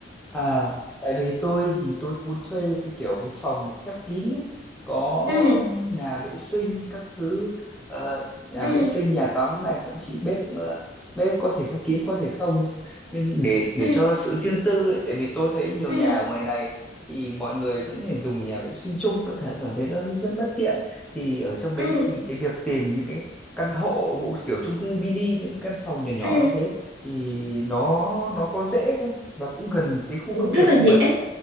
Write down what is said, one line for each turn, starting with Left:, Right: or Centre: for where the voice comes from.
Centre: À, tại vì tôi thì tôi muốn thuê cái kiểu cái phòng khép kín ấy, có
Right: Ừ.
Centre: um, nhà vệ sinh các thứ ờ, nhà
Right: ừ
Centre: vệ sinh nhà tắm này thậm chí bếp ờ, bếp có thể khép kín có thể không nhá. Nhưng để để
Right: ừ
Centre: cho sự riêng tư ấy, tại vì tôi thấy nhiều
Right: ừ
Centre: nhà ở ngoài này thì mọi người vẫn phải dùng nhà vệ sinh chung có thể cảm thấy nó rất bất tiện thì ở trong đấy
Right: ừ
Centre: thì cái việc tìm những cái căn hộ hộ kiểu chung cư mini những căn phòng nhỏ nhỏ
Right: ừ
Centre: như thế thì nó nó có dễ không? và cũng gần cái khu công nghiệp
Right: rất là dễ
Centre: không bà